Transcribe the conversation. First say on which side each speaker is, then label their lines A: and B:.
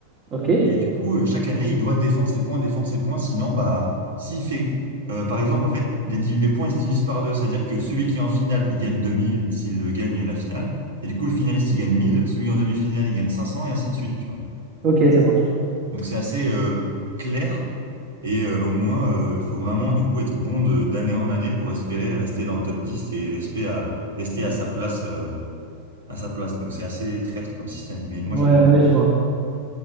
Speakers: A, on the right; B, on the right.
A: ok,
B: Et du coup, euh, chaque année, il doit défendre ses points, défendre ses points. Sinon, bah, s'il fait, euh, par exemple, en fait, les, div- les points ils se divisent par deux. C'est-à-dire que celui qui est en finale, il gagne 2000 s'il euh, gagne la finale. Et du coup, le finaliste, il gagne 1000. Celui en demi-finale, il gagne 500 et ainsi de suite, tu vois.
A: ok, ça marche.
B: Donc, c'est assez euh, clair. Et euh, au moins, euh, il faut vraiment, du coup, être bon de- d'année en année pour espérer rester dans le top 10 et rester à, rester à sa place. euh, à sa place. Donc c'est assez traître comme système, mais moi
A: Ouais,
B: j'aime bien.
A: ouais, je vois.